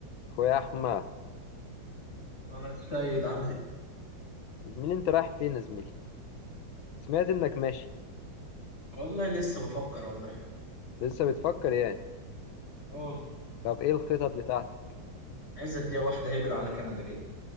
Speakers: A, on the left; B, on the left.
A: اخويا احمد
B: يا السيد عامل ايه؟
A: يا زميلي انت رايح فين يا زميلي سمعت انك ماشي
B: والله لسه بفكر والله
A: لسه بتفكر يعني
B: اه
A: طب ايه الخطط بتاعتك
B: عايز اديها واحدة هجرة على كندا كده